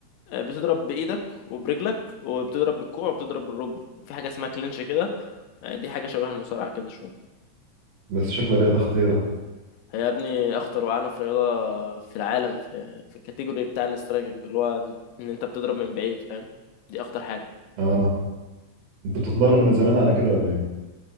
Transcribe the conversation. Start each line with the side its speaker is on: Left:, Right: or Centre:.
Left: آه، بتضرب بايدك وبرجلك وبتضرب بالكوع وبتضرب بالركبة وفي حاجة اسمها كلينش كده آه، دي حاجة شبه المصارعة كده شوية
Right: بس شكلها رياضة خطيرة
Left: هي يا ابني اخطر وعنف رياضة في العالم في في الكاتيجوري بتاع الاسترايكنج اللي هو ان انت بتضرب من بعيد فاهم دي اخطر حاجة
Right: اه انت بتتمرن من زمان على كده ولا ايه